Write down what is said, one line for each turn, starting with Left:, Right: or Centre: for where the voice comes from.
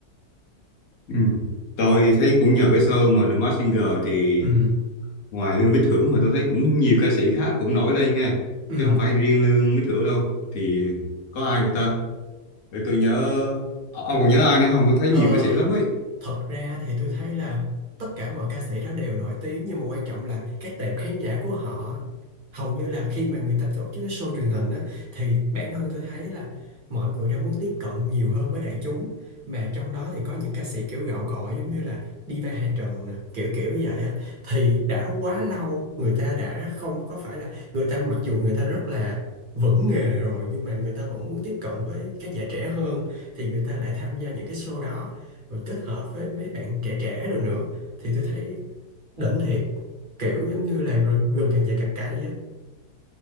Left: ừ. tôi thấy cũng nhờ cái show mà The Masked Singer thì
Right: ừ
Left: ngoài Lương Mỹ thưởng mà tôi thấy cũng nhiều ca sĩ khác cũng nổi lên nha
Right: ừ
Left: chứ không phải riêng Lương Mỹ thưởng đâu thì có ai nữa ta để tôi nhớ ờ, ông còn nhớ ai nữa không tôi thấy
Right: Ờ,
Left: nhiều ca sĩ lắm ấy
Right: thật ra thì tôi thấy là tất cả mọi ca sĩ đó đều nổi tiếng nhưng mà quan trọng là cái tệp khán giả của họ hầu như là khi mà người ta tổ chức cái show truyền hình á thì bản thân tôi thấy là mọi người đang muốn tiếp cận nhiều hơn với đại chúng mà trong đó thì có những ca sĩ kiểu gạo cội giống như là Diva Hà Trần nè kiểu kiểu như vậy á thì đã quá lâu người ta đã không có phải là người ta mặc dù người ta rất là vững nghề rồi nhưng mà người ta vẫn muốn tiếp cận với khán giả trẻ hơn thì người ta lại tham gia những cái show đó rồi kết hợp với mấy bạn trẻ trẻ rồi nữa thì tôi thấy đỉnh thiệt kiểu giống như là rừng, rừng càng dài càng cay á